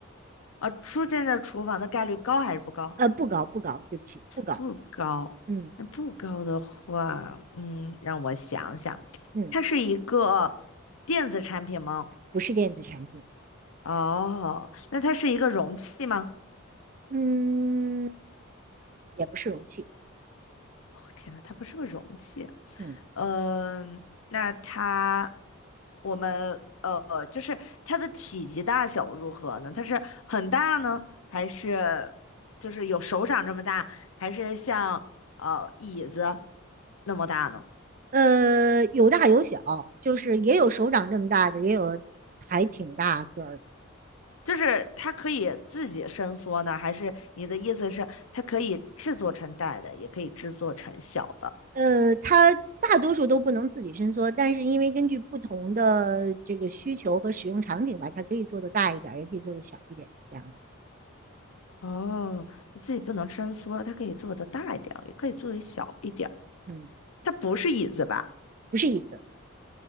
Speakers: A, on the left; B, on the right.
A: 啊，出现在厨房的概率高还是不高？
B: 呃，不高不高，对不起，不高。
A: 不高。
B: 嗯
A: 那不高的话，嗯，让我想想，
B: 嗯，
A: 它是一个电子产品吗？
B: 不是电子产品，
A: 哦，那它是一个容器吗？
B: 嗯，也不是容器，
A: 哦，天呐，它不是个容器。
B: 嗯
A: 嗯、那它，我们呃，就是它的体积大小如何呢？它是很大呢，还是就是有手掌这么大，还是像呃椅子那么大呢？
B: 呃，有大有小，就是也有手掌这么大的，也有还挺大个儿的。
A: 就是它可以自己伸缩呢，还是你的意思是它可以制作成大的，也可以制作成小的？
B: 呃，它大多数都不能自己伸缩，但是因为根据不同的这个需求和使用场景吧，它可以做的大一点也可以做的小一点，这样子。
A: 哦，自己不能伸缩，它可以做的大一点儿，也可以做的小一点儿。
B: 嗯，
A: 它不是椅子吧？
B: 不是椅子，